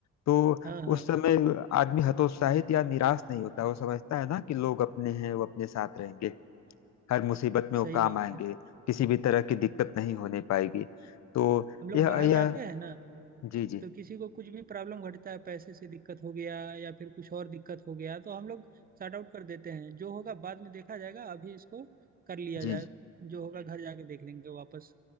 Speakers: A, on the left; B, on the right.
A: तो
B: हाँ हाँ
A: उस समय आदमी हतोत्साहित या निराश नहीं होता वो समझता है ना कि लोग अपने हैं वो अपने साथ रहेंगे हर मुसीबत में वो
B: सही
A: काम
B: बात
A: आएंगे
B: है
A: किसी भी तरह की दिक्कत नहीं होने पाएगी तो
B: हम लोग
A: यह
B: बाहर
A: यह
B: जाते हैं ना
A: जी जी
B: तो किसी को कुछ भी प्रॉब्लम घटता है पैसे से दिक्कत हो गया या फिर कुछ और दिक्कत हो गया तो हम लोग सॉर्ट आउट कर देते हैं जो होगा बाद में देखा जाएगा अभी इसको कर लिया
A: जी
B: जाए
A: जी
B: जो होगा घर जाके देख लेंगे वापस